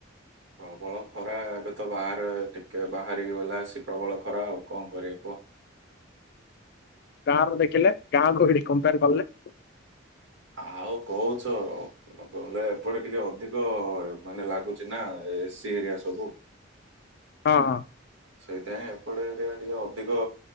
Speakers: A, on the right; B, on the left.
A: ପ୍ରବଳ ଖରା ଏବେ ତ ବାହାରେ ଟିକେ ବାହାରି ଗଲା ଆସିକି ପ୍ରବଳ ଖରା ଆଉ କଣ କରିବି କୁହ?
B: କା ର ଦେଖିଲେ କାହାକୁ ଏଠି କମ୍ପୟାର କଲେ?
A: ଆଉ କହୁଛ ବଲେ ଏପଟେ ଟିକେ ଅଧିକ ମାନେ ଲାଗୁଛି ନା ଏ ସି ଏରିଆ ସବୁ।
B: ହଁ ହଁ।
A: ସେଇଥିପାଇଁ ଏପଟେ ଏରିଆ ଟିକେ ଅଧିକ